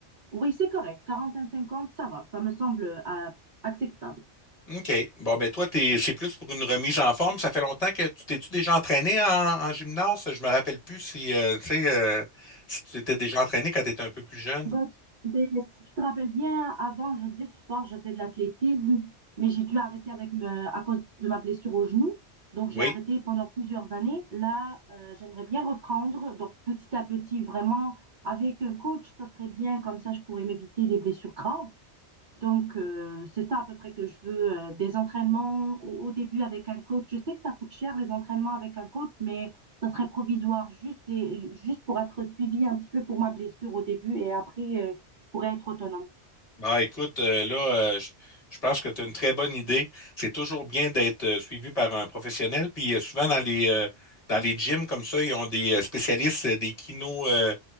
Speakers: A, on the right (about 50°); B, on the left (about 35°).
A: oui, c'est correct, 45 cinquante, ça va, ça me semble euh, acceptable.
B: OK. Bon, ben toi, t'es, c'est plus pour une remise en forme. Ça fait longtemps que tu t'es-tu déjà entraîné en, en gymnase? Je me rappelle plus si, euh, tu sais, euh, si tu t'étais déjà entraîné quand tu étais un peu plus jeune.
A: Bah, tu- des- si tu te rappelles bien, avant, je faisais du sport, je faisais de l'athlétisme, mais j'ai dû arrêter avec me- à cause de ma blessure au genou. Donc,
B: Oui.
A: j'ai arrêté pendant plusieurs années. Là, euh, j'aimerais bien reprendre. Donc, petit à petit, vraiment, avec un coach, ça serait bien. Comme ça, je pourrais m'éviter des blessures graves. Donc, euh, c'est ça à peu près que je veux, euh, des entraînements au, au début avec un coach. Je sais que ça coûte cher, les entraînements avec un coach, mais ça serait provisoire, juste, les- juste pour être suivi un petit peu pour ma blessure au début et après, euh, je être autonome.
B: Ah, écoute, euh, là, euh, je, je pense que tu as une très bonne idée. C'est toujours bien d'être euh, suivi par un professionnel. Puis euh, souvent dans les euh, dans les gyms comme ça, ils ont des euh, spécialistes, euh, des kino, euh,